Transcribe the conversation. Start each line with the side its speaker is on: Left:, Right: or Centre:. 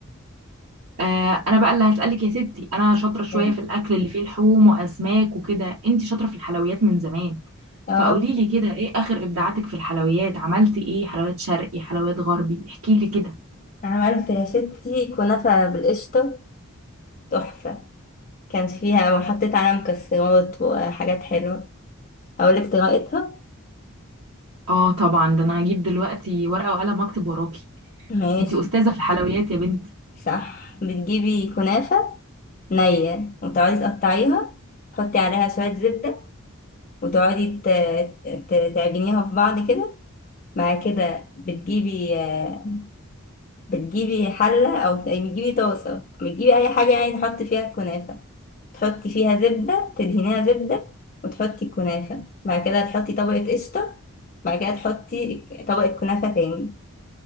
Right: آه انا بقى اللي هسألك يا ستي انا شاطرة شوية
Left: مم.
Right: في الاكل اللي فيه لحوم واسماك وكده انتي شاطرة في الحلويات من زمان
Left: اه
Right: فقولي لي كده ايه اخر ابداعاتك في الحلويات عملتي ايه حلويات شرقي حلويات غربي احكي لي كده
Left: عملت يا ستي كنافه بالقشطه تحفه كان فيها وحطيت عليها مكسرات وحاجات حلوه اقولك طريقتها
Right: اه طبعا ده انا هجيب دلوقتي ورقة وقلم واكتب وراكي
Left: ماشي
Right: انتي استاذه في الحلويات يا بنتي
Left: صح بتجيبي كنافة نية وتقعدي تقطعيها تحطي عليها شوية زبدة وتقعدي ت- ت- تعجنيها في بعض كده بعد كده بتجيبي آه، بتجيبي حلة أو بتجيبي طاسة بتجيبي أي حاجة يعني تحطي فيها الكنافة تحطي فيها زبدة تدهنيها زبدة وتحطي الكنافة بعد كده تحطي طبقة قشطة بعد كده تحطي طبقة كنافة تاني